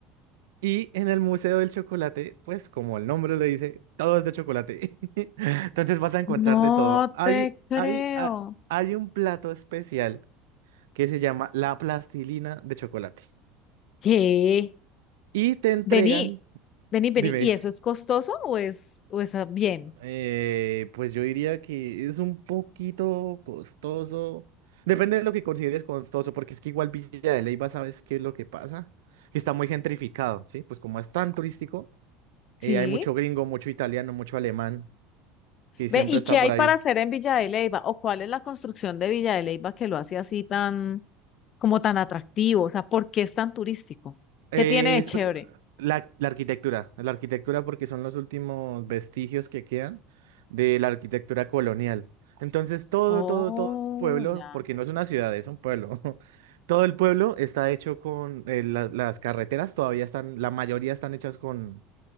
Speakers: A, on the right; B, on the left.
A: Y en el Museo del Chocolate, pues como el nombre le dice, todo es de chocolate. <laughs> Entonces vas a encontrar
B: No
A: de todo. Hay,
B: te creo.
A: hay, ha- hay un plato especial que se llama la plastilina de chocolate.
B: ¿Qué?
A: Y te entregan,
B: Vení, vení, vení.
A: dime.
B: ¿Y eso es costoso o es, o es ah, bien?
A: Eh, pues yo diría que es un poquito costoso. Depende de lo que consideres costoso, porque es que igual Villa de Leyva, ¿sabes qué es lo que pasa? Que está muy gentrificado, ¿sí? Pues como es tan turístico,
B: Sí.
A: eh, hay mucho gringo, mucho italiano, mucho alemán, que
B: Ve,
A: siempre
B: ¿y
A: está
B: qué hay
A: por ahí.
B: para hacer en Villa de Leyva? ¿O cuál es la construcción de Villa de Leyva que lo hace así tan... como tan atractivo? O sea, ¿por qué es tan turístico?
A: Eh,
B: ¿Qué tiene de
A: es
B: chévere?
A: pr- la, la arquitectura, la arquitectura porque son los últimos vestigios que quedan de la arquitectura colonial. Entonces todo,
B: Oh,
A: todo, todo el pueblo,
B: ya.
A: porque no es una ciudad, es un pueblo. <laughs> Todo el pueblo está hecho con eh, la- las carreteras todavía están, la mayoría están hechas con